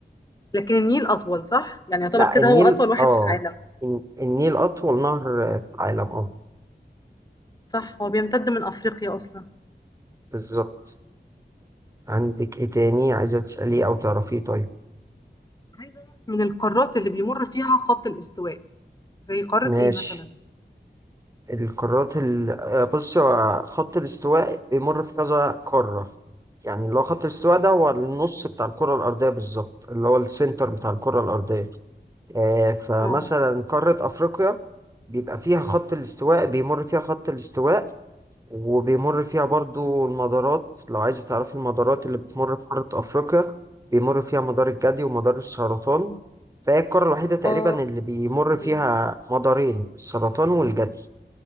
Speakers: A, on the left; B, on the right.
A: لكن النيل أطول صح؟ يعني يعتبر
B: لا
A: كده
B: النيل
A: هو أطول واحد
B: اه
A: في العالم
B: الن- النيل اطول نهر في العالم اه
A: صح هو بيمتد من أفريقيا أصلا
B: بالظبط عندك ايه تاني عايزة تسأليه او تعرفيه طيب
A: عايزة أعرف من القارات اللي بيمر فيها خط الاستواء زي قارة
B: ماشي
A: ايه مثلا
B: القارات ال... آه، بص هو خط الاستواء بيمر في كذا قارة يعني اللي هو خط الاستواء ده هو النص بتاع الكرة الأرضية بالظبط اللي هو السنتر بتاع الكرة الأرضية آه فمثلا
A: اه
B: قارة أفريقيا بيبقى فيها خط الاستواء بيمر فيها خط الاستواء وبيمر فيها برضو المدارات لو عايز تعرف المدارات اللي بتمر في قارة أفريقيا بيمر فيها مدار الجدي ومدار السرطان فهي القارة الوحيدة تقريبا
A: اه
B: اللي بيمر
A: تمام
B: فيها مدارين السرطان والجدي